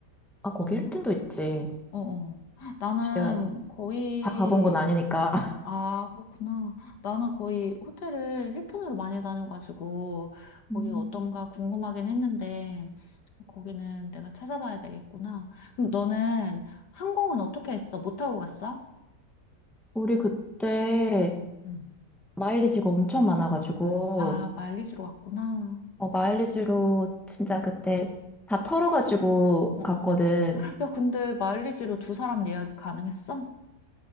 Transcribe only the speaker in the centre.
아, 거기
힐튼도 있지.
혹시 내가
다 가본 건 아니니까.
음.
우리 그때
마일리지가 엄청 많아가지고,
어, 마일리지로 진짜 그때 다 털어가지고
갔거든.